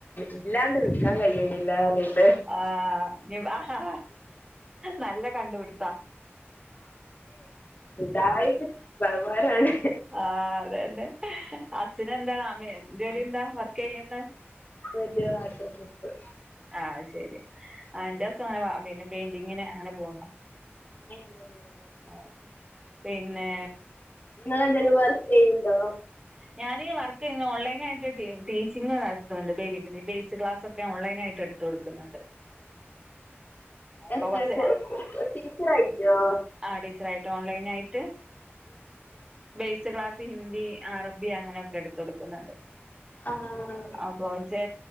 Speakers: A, on the left; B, on the right.
A: ഇല്ലാണ്ട് നി ക്കാൻ കഴിയണില്ല റേ
B: ആഹ്‌ നല്ല കണ്ടുപിടുത്താ
A: ഉഡായിപ്പ് സൗകാരാണ്
B: ആഹ് അതന്നെ ഹസിന് എന്താ നമ് ജോലി എന്താ വർക്ക് ചെയ്യുന്നെ
A: മറ്റേ വാട്ടർ ട്രിപ്പ്
B: ആഹ് ശെരി ആ എന്റെസങ്ങനെ പിന്നെ പെയിന്റിങ്ങിന് അങ്ങനെ പോകുന്നോ
A: ഓ
B: ആ പിന്നെ
A: നിങ്ങളെ എന്തേലും വർക്ക് ചെയ്യ്ണ്ടോ
B: ഞാൻ വർക്ക് ഇ ഓൺലൈൻ ആയിട്ട് ടീച്ചിങ്ങ് നടത്തുന്നുണ്ട് ബേസ് ക്ലാസ്സൊക്കെ ഓൺലൈൻ ആയിട്ട് എടുത്ത കൊടുക്കുന്നുണ്ട് അപ്പൊ
A: എത്ര
B: കുറച്ച്
A: ടീച്ചറായിട്ടോ
B: ആ ടീച്ചറായിട്ട് ഓൺലൈൻ ആയിട്ട് ബേസ് ക്ലാസ് ഹിന്ദി അറബ്യ അങ്ങനെ എടുത്ത കൊടുക്കുന്നുണ്ട്
A: ആഹ്
B: അപ്പൊ ച